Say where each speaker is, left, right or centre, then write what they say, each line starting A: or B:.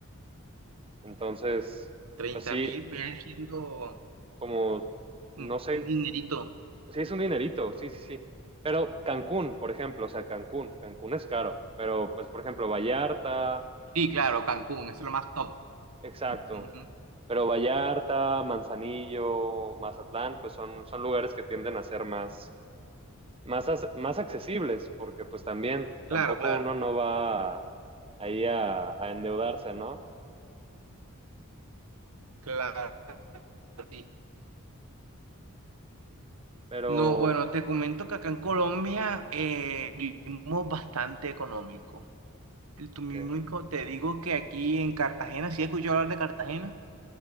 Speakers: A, on the right; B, on the right.
A: Entonces,
B: treinta
A: pues sí,
B: mil viene siendo
A: como, no
B: un
A: sé,
B: un dinerito.
A: sí es un dinerito, sí, sí, sí. Pero Cancún, por ejemplo, o sea, Cancún, Cancún es caro, pero pues, por ejemplo, Vallarta
B: Sí, claro, Cancún, eso es lo más top.
A: Exacto.
B: Ujú.
A: Pero Vallarta, Manzanillo, Mazatlán, pues son, son lugares que tienden a ser más, más, as- más accesibles, porque pues también
B: Claro,
A: tampoco
B: claro,
A: uno no va ahí a, a endeudarse, ¿no?
B: claro. Sí.
A: Pero
B: No, bueno, te comento que acá en Colombia eh, vivimos bastante económico. El turismo,
A: ok.
B: eco- te digo que aquí en Cartagena, ¿sí he escuchado hablar de Cartagena?